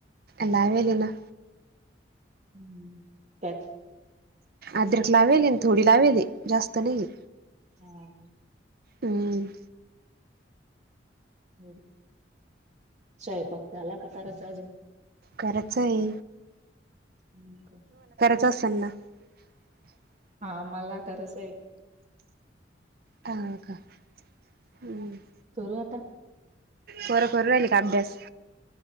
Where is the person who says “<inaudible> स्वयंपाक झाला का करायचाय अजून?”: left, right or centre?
Right